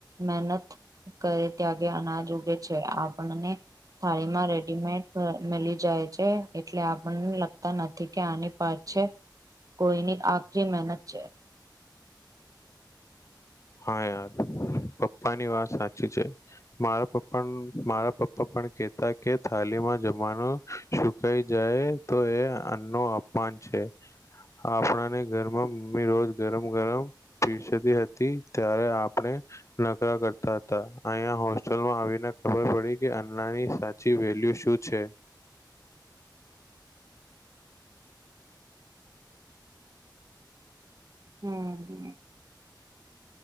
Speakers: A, on the right (about 45°); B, on the left (about 40°).
A: મહેનત કરે ત્યાગે અનાજ ઉગે છે, આપણને થાળીમાં રેડીમેડ મેલી જાય છે, એટલે આપણને લગતા નથી કે આની પા છે, કોઈની આખરી મહેનત છે.
B: હા યાર. પપ્પાની વાત સાચી છે મારા પપ્પા મારા પપ્પા પણ કેતા કે થાલીમાં જમવાનો સુકાઈ જાય તો એ અન્નનો અપમાન છે. આપણને ઘરમાં મમ્મી રોજ ગરમ ગરમ પીરસતી હતી. ત્યારે આપણે નકરા કરતા હતા. અહીંયા હોસ્ટેલમાં આવીને ખબર પડી કે અન્નના આની સાચી વેલ્યુ શું છે.
A: હમ હમ